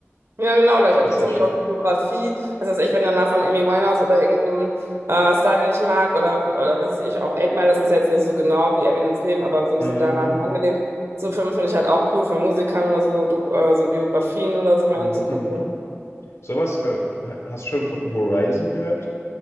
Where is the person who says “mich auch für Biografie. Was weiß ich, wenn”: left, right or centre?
Right